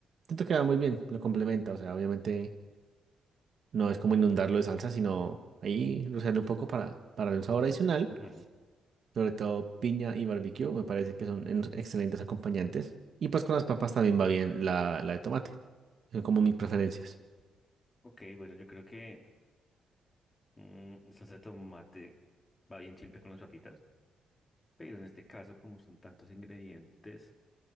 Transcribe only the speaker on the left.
Ujú.
Ok, bueno, yo creo que mm, salsa de tomate va bien siempre con las papitas, pero en este caso, como son tantos ingredientes.